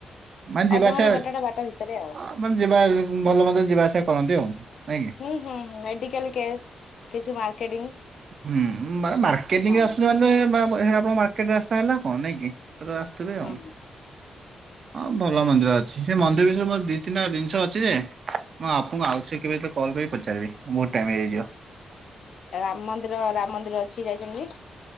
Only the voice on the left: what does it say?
ଅଧଘଣ୍ଟା
ଘଣ୍ଟା ଟା ବାଟ ଭିତରେ ଆଉ।
ହୁଁ ହୁଁ ହୁଁ ମେଡିକାଲ କେସ୍ କିଛି ମାର୍କେଟିଂ।
ହଁ
ହୁଁ ହୁଁ
ରାମ ମନ୍ଦିର ରାମ ମନ୍ଦିର ଅଛି ଯାଇଛନ୍ତି।